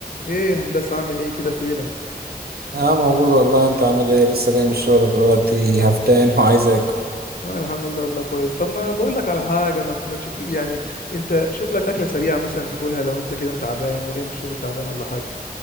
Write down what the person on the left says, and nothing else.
ايه يا هندسه عامل ايه كده فينك
انا الحمد لله والله كويس طب ما انا بقول لك على حاجه ما ت- ما تشوف لي- يعني انت شوف لك اكله سريعه مثلا تاكلها لو انت كده متعبان أنا جاي من الشغل تعبان ولا حاجه